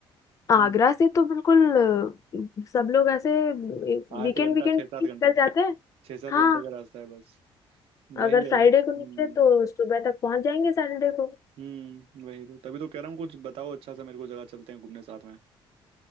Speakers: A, on the left (about 35°); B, on the right (about 70°).
A: आगरा
B: हम्म
A: से तो बिल्कुल अ, सब लोग ऐसे वीकेंड
B: आठ घंटा
A: वीकेंड
B: छह
A: पे
B: सात
A: ही निकल
B: घंटा
A: जाते हैं
B: छह सात
A: हाँ
B: घंटे का रास्ता है बस वही
A: अगर
B: है
A: फ्राइडे
B: हम्म
A: को निकले तो सुबह तक पहुंच जाएंगे सैटरडे को
B: हम्म वही तो तभी तो कह रहा हूँ कुछ बताओ अच्छा सा मेरे को जगह चलते हैं घूमने साथ में